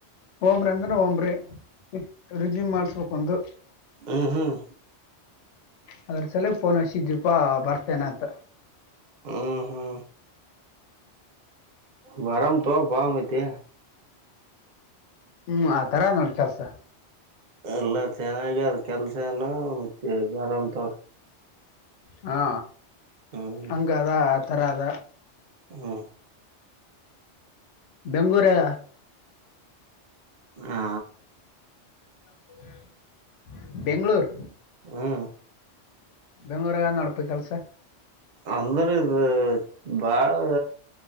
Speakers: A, on the left (about 85°); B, on the right (about 55°).
A: ಹೋಮ್ರಿ ಅಂದ್ರ ಹೋಮ್ರಿ. ರೆಜಿಂ ಮಾಡ್ಸಬೇಕ್ ಬಂದೇತ.
B: ಹ್ಮ್ ಹ್ಮ್
A: ಅದ್ರ ಸಲೇಗೆ ಪೋನ್ ಹಚ್ಚಿದ್ವೀಪಾ ಬರ್ತೇನೆ ಅಂತ.
B: ಹ್ಮ್ ಹ್ಮ ಬರೂಮ್ಮ ತೊಗೊ ಬಾ ಮತ್ತೆ.
A: ಹ್ಮ್ ಆತರ ನೋಡ ಕೆಲ್ಸ.
B: ಎಲ್ಲ ಚೆನ್ನಾಗಿ ಅದ ಕೆಲ್ಸೆನು ಮತ್ತ ಬರನ ತೊಗೊ.
A: ಹಾ
B: ಹ್ಮ್
A: ಹಂಗದ ಆ ತರ ಅದ.
B: ಹೂ
A: ಬೆಂಗೂರಾಗ
B: ಹಾ. ಆಆ
A: <unintelligible> ಬೆಂಗಳೂರು
B: ಹ್ಮ
A: ಬೆಂಗ್ಳೂರಾಗ ನೋಡ್ಪು ಕೆಲ್ಸ
B: ಅಂದ್ರ ಇದ್ ಬಾಳ